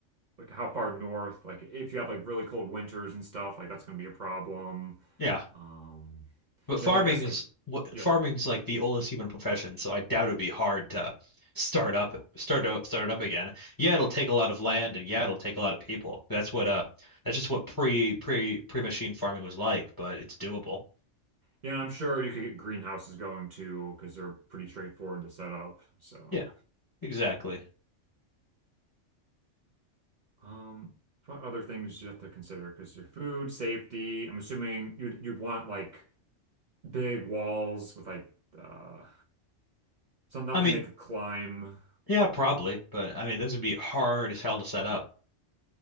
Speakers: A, on the right; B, on the left.
A: like how far north. Like if you have like really cold winters and stuff, like that's gonna be a problem.
B: Yeah.
A: Um,
B: But farming
A: yeah, but I guess
B: is
A: like.
B: what
A: Yeah.
B: farming is like the oldest human profession, so I doubt it'd be hard to start up start out start it up again. Yeah, it'll take a lot of land and yeah, it'll take a lot of people. That's what uh that's just what pre pre pre-machine farming was like, but it's doable.
A: Yeah, and I'm sure you could get greenhouses going too, because they're pretty straightforward to set up. So,
B: Yeah, exactly.
A: um, what other things do you have to consider? Because your food, safety, I'm assuming you'd you'd want like big walls with like uh some nothing
B: I mean,
A: they could climb.
B: yeah, probably, but I mean those would be hard as hell to set up.